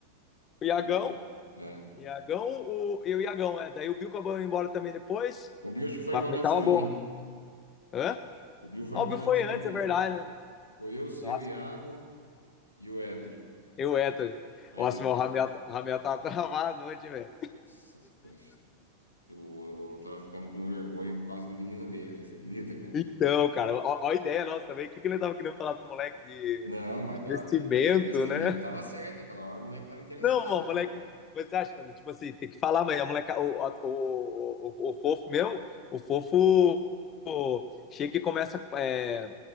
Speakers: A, on the left; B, on the left.
A: o Iagão,
B: fui a... é.
A: Iagão, o, e o Iagão, né? Daí o Bill acabou indo embora também depois,
B: O Bicho foi
A: mas
B: embora
A: pra mim
B: antes
A: tava
B: de
A: bom.
B: mim.
A: Hã?
B: O Bill foi
A: Ah,
B: embora
A: o Bill foi
B: antes de
A: antes,
B: mim.
A: é verdade, né?
B: Ficou eu, seu,
A: Nossa,
B: Iago e o Etri.
A: Eu o Ettore.
B: Aí
A: Nossa,
B: depois.
A: mas o Ramel, Ramel tava travado ontem, velho.
B: Nossa, depois- Eu, eu tava ficando com vergonha por causa do menino dele, velho. Você acredita, cara?
A: Então, cara, ó, ó a ideia nossa também. O que, que ele tava querendo falar pro moleque de
B: Não, mas da,
A: investimento,
B: de, de investimento
A: né?
B: tava certo. Aquela hora o moleque tava interessado,
A: Não, mano, moleque.
B: cara.
A: Você acha, mano? Tipo assim, tem que falar, mas a moleca, o, a- o, o, o, o fofo mesmo, o fofo o- chega e começa, é,